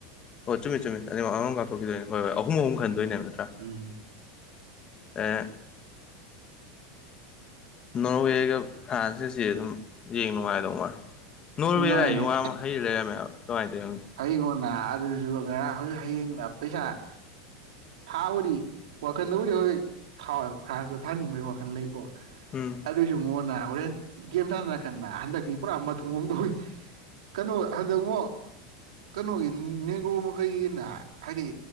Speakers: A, on the left; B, on the right.
A: ꯑꯣ ꯆꯨꯝꯃꯤ ꯆꯨꯝꯃꯤ ꯑꯅꯤꯃ ꯑꯃꯃꯝ ꯀꯥꯞꯊꯣꯛꯈꯤꯗꯣꯏꯅꯦ ꯍꯣꯏ ꯍꯣꯏ ꯑꯍꯨꯝ ꯑꯍꯨꯝ ꯈꯟꯗꯣꯏꯅꯦꯕ ꯅꯠꯇ꯭ꯔꯥ
B: ꯎꯝ
A: ꯑꯦ ꯅꯣꯔꯋꯦꯒ ꯐ꯭ꯔꯥꯟꯁꯀꯁꯤ ꯑꯗꯨꯝ ꯌꯦꯡ ꯅꯨꯡꯉꯥꯏꯗꯧ ꯃꯥ ꯅ‌ꯣꯔꯋ‌ꯦꯔꯥꯏ
B: ꯅꯨꯡꯉꯥꯏ
A: ꯌ‌ꯣꯌꯥꯝ ꯍꯩ ꯂꯩꯔꯝꯃꯦ ꯍꯥꯏꯕ ꯀꯃꯥꯏ ꯇꯧꯔꯤꯅ‌ꯣ ꯈꯪꯗ‌ꯦ
B: ꯑꯩꯉꯣꯟꯅ ꯑꯗꯨꯁꯨ ꯉꯔꯥꯡ ꯍꯧꯖꯤꯛ ꯍꯌꯦꯡ ꯄꯩꯁꯥ ꯐꯥꯕꯗꯤ ꯋꯥꯈꯟꯗꯕꯨꯗꯤ ꯍꯧꯖꯤꯛ ꯊꯥꯎꯋꯦ ꯐ꯭ꯔꯥꯟꯁꯇ ꯊꯥꯅꯤꯡꯕꯒꯤ ꯋꯥꯈꯜ ꯂꯩꯀꯣ
A: ꯎꯝ
B: ꯑꯗꯨꯏꯁꯨ ꯃꯉꯛꯅ ꯍꯣꯔꯦꯟ ꯒꯦꯝ ꯁꯥꯟꯅꯔꯀꯥꯟꯗ ꯍꯟꯗꯛꯇꯤ ꯄꯨꯔꯥ ꯃꯊꯣꯡ ꯑꯃ ꯇꯧꯏ ꯀꯩꯅꯣ ꯍꯟꯗꯛꯉ‌ꯣ ꯀꯩꯅꯣꯒꯤ ꯅꯦꯒ꯭ꯔꯣ ꯃꯈꯩꯒꯤ ꯅ ꯍꯥꯏꯗꯤ